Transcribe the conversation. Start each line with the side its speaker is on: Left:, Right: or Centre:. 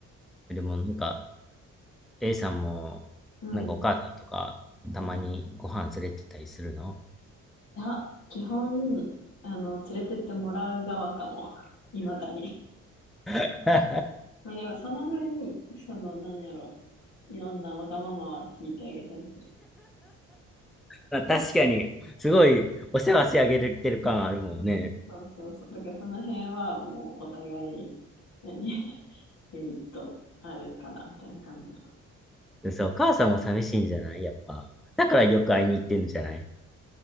Centre: でもなんか、A さんも、
Left: な。うん。
Centre: なんかお母さんとか、たまにご飯連れてったりするの
Left: いや、基本、あの、連れてってもらう側かも。<laughs> いまだに。
Centre: <laughs>
Left: まあでも、その分、その、なんやろ。いろんなわがままは聞いてあげたりする
Centre: まあ確かに、すごい、お世話してあげれてる感あるもんね。
Left: そうそうそう。だからその辺はもうお互い、何 <laughs> メリットあるかなみたいな感じなの。
Centre: そう、お母さんも寂しいんじゃないやっぱ。だからよく会いに行ってんじゃない